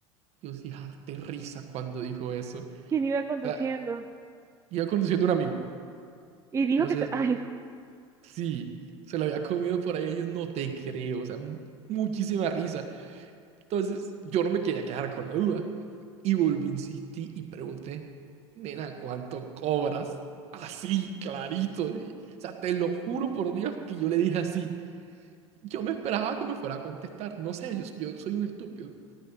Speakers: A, on the right; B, on the right.
A: Yo sí, harté risa cuando dijo eso.
B: ¿Quién iba conduciendo?
A: O sea, iba conduciendo un amigo.
B: Y dijo
A: Entonces,
B: que se... <laughs> Ay, no.
A: sí, se lo había comido por ahí. y Yo no te creo. O sea, m- muchísima risa. Entonces, yo no me quería quedar con la duda. Y volví, insistí y pregunté, nena, ¿cuánto cobras? Así, clarito. y- o sea, te lo juro por Dios que yo le dije así. Yo me esperaba que me fuera a contestar. No sé, yo, yo soy un estúpido.